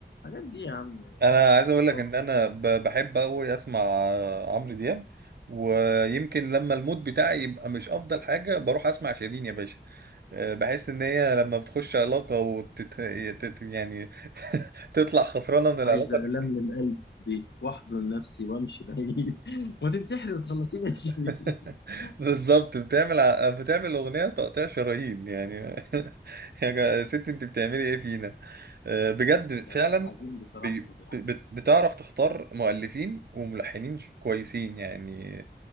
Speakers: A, on the left; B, on the right.
A: الحاجات دي يا عم
B: انا عايز اقول
A: مصطفى
B: لك ان انا ب- بحب قوي اسمع آه، عمرو دياب ويمكن لما المود بتاعي يبقى مش افضل حاجه بروح اسمع شيرين يا باشا آه، بحس ان هي لما بتخش علاقة وتت... تت... يعني <laughs> تطلع خسرانة من العلاقة
A: عايزة ألملم
B: دي
A: قلبي وأحضن نفسي وأمشي بعيد <laughs> وتنتحري وتخلصيني 20
B: <laughs>
A: <laughs>
B: بالظبط بتعمل ع- بتعمل اغنية تقطيع شرايين يعني <laughs> يا جا- يا ست انت بتعملي ايه فينا آه، بجد
A: لا
B: فعلا
A: في الحزين بصراحة
B: بي-
A: فظيعة
B: بت- بتعرف تختار مؤلفين وملحنين ش- كويسين يعني